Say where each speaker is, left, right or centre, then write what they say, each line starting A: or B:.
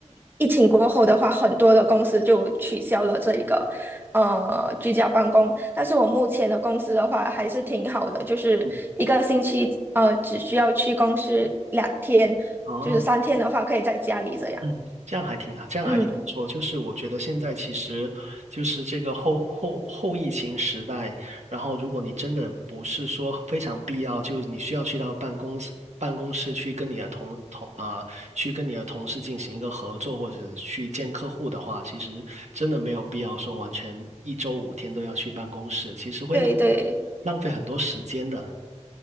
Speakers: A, on the right (about 15°); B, on the right (about 70°).
A: 疫情过后的话，很多的公司就取消了这一个呃居家办公。但是我目前的公司的话还是挺好的，就是一个星期呃只需要去公司两天，
B: 嗯，哦。
A: 就是三天的话可以在家里这样。
B: 嗯，这样还挺啊，这样还挺不错。
A: 嗯，
B: 就是我觉得现在其实就是这个后后后疫情时代，然后如果你真的不是说非常必要，就是你需要去到办公室办公室去跟你的同同啊、去跟你的同事进行一个合作，或者去见客户的话，其实真的没有必要说完全一周五天都要去办公室，其实会浪
A: 对对，
B: 浪费很多时间的。